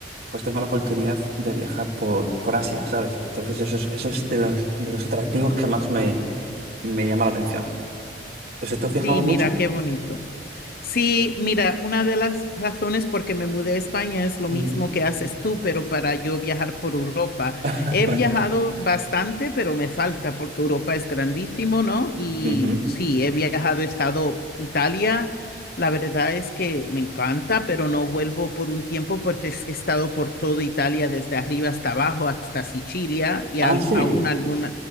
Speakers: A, on the right; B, on the left.
A: pues tengo la oportunidad de viajar por, por Asia, ¿sabes? Entonces eso es, eso es de los, de los atractivos que más me, me llama la atención. O sea, ¿tú has viajado
B: Sí, mira,
A: mucho?
B: qué bonito. Sí, mira, una de las razones por que me mudé a España es lo
A: Ujú.
B: mismo que haces tú, pero para yo viajar por Europa.
A: <laughs>
B: He viajado bastante, pero me falta porque Europa es grandísimo, ¿no? Y
A: Ujú.
B: sí, he viajado, he estado Italia. La verdad es que me encanta, pero no vuelvo por un tiempo porque es que he estado por toda Italia, desde arriba hasta abajo, hasta Sicilia y
A: Ah,
B: al-
A: sí.
B: aún algún